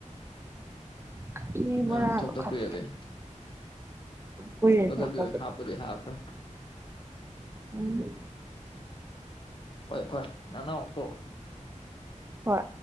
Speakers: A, on the right; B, on the left.
A: ꯀꯔꯤ ꯕꯣꯔꯥꯅꯣ
B: ꯑꯪ ꯊꯣꯛꯇ
A: ꯈꯪ
B: ꯀꯨꯏꯔꯕꯩ
A: ꯀꯨꯏꯔꯦ
B: ꯊꯣꯛꯇꯀꯨꯏ
A: ꯊꯣꯛꯇꯕꯗꯣ
B: ꯍꯥꯞꯄꯨꯗꯤ ꯍꯥꯞꯈꯔꯝ
A: <unintelligible>
B: ꯍꯣꯏ ꯐꯔꯦ ꯅꯪꯅꯃꯨꯛ ꯇꯧꯔꯛꯑꯣ
A: ꯍꯣꯏ